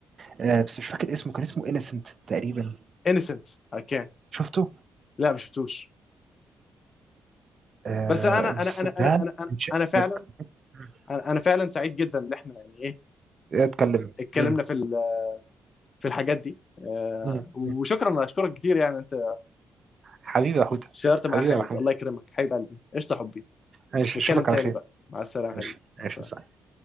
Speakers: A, on the right (about 50°); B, on the left (about 50°).
A: آه، بس مش فاكر اسمه كان اسمه انسنت تقريبا
B: انيسنت اوكي
A: شفته
B: لا ما شفتوش
A: آه،
B: بس انا
A: المسلسل
B: انا انا انا
A: ده
B: انا انا
A: من شدك
B: أنا فعلا
A: مم.
B: انا أنا فعلا سعيد جدا ان احنا يعني ايه
A: اتكلم
B: اتكلمنا
A: مم.
B: في ال- في الحاجات دي آه،
A: مم.
B: وشكرا
A: مم.
B: اشكرك كتير يعني انت
A: حبيبي يا حوت
B: شاركت
A: حبيبي
B: معايا الحاجات
A: يا محمود
B: دي الله يكرمك حبيب قلبي قشطه حبي
A: ماشي
B: نتكلم
A: اشوفك
B: تاني
A: على خير
B: بقى مع السلامه
A: ماشي
B: حبيبي مع السلامه
A: ماشي صح